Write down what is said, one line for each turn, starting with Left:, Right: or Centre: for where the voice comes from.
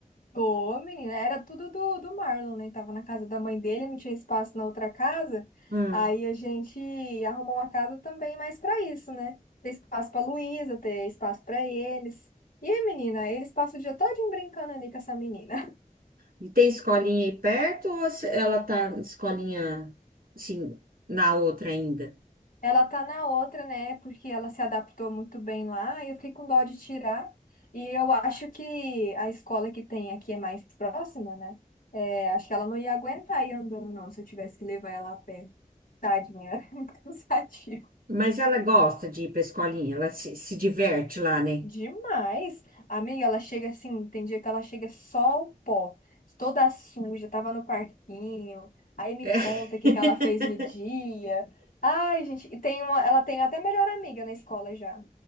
Left: Ô, menina, era tudo do, do Marlon, né? Tava na casa da mãe dele, não tinha espaço na outra casa.
Right: Hum.
Left: Aí a gente arrumou uma casa também mais pra isso, né? Ter espaço pra Luísa, ter espaço pra eles. E aí, menina, eles passam o dia todinho brincando ali com essa menina.
Right: E tem escolinha aí perto ou se- ela tá escolinha, assim, na outra ainda?
Left: <laughs> Ela tá na outra, né? Porque ela se adaptou muito bem lá e eu fiquei com dó de tirar. E eu acho que a escola que tem aqui é mais próxima, né? É, acho que ela não ia aguentar ir andando, não, se eu tivesse que levar ela a pé. Tadinha, <laughs> cansativo.
Right: Mas ela gosta de ir pra escolinha, ela se, se diverte lá, né?
Left: Demais. Amiga, ela chega assim, tem dia que ela chega só o pó, toda suja, tava no parquinho. Aí me
Right: É.
Left: conta o que
Right: <laughs>
Left: que ela fez no dia. Ai, gente, e tem uma, ela tem até melhor amiga na escola já.